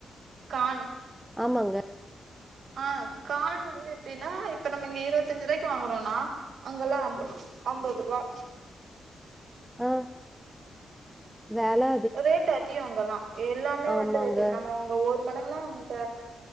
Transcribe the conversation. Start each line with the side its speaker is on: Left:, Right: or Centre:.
Right: கான்
Centre: ஆமாங்க
Right: ஆ காண் வந்து எப்டினா இப்ப நம்ம இங்க இருவத்தஞ்சுரூவாய்க்கு வாங்குறோனா அங்கலா அம்ப் அம்பது ரூவா
Centre: ஆ வேல
Right: ரேட் அதிகோ அங்கெல்லாம் எல்லாமே
Centre: ஆமாங்க
Right: வந்து ரேட்டு நம்மங் இங்க ஒரு மடங்குனா அங்க